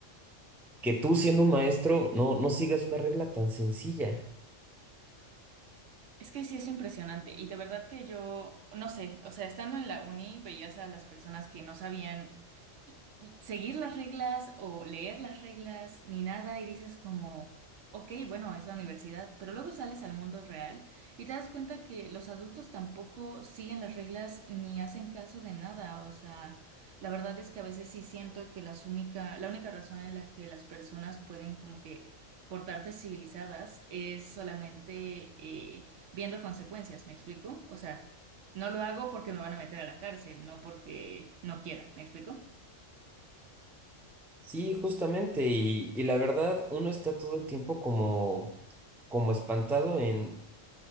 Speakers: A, in the centre; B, on the right.
A: que tú, siendo un maestro, no, no sigas una regla tan sencilla?
B: Es que sí es impresionante y de verdad que yo, no sé, o sea, estando en la uni veías a las personas que no sabían seguir las reglas o leer las reglas ni nada y dices como, ok, bueno, es la universidad, pero luego sales al mundo real y te das cuenta que los adultos tampoco siguen las reglas ni hacen caso de nada, o sea, la verdad es que a veces sí siento que las única, la única razón en la que las personas pueden como que portarse civilizadas es solamente eh, viendo consecuencias, ¿me explico? O sea, no lo hago porque me van a meter a la cárcel, no porque no quiera, ¿me explico?
A: Sí, justamente. Y, y la verdad, uno está todo el tiempo como, como espantado en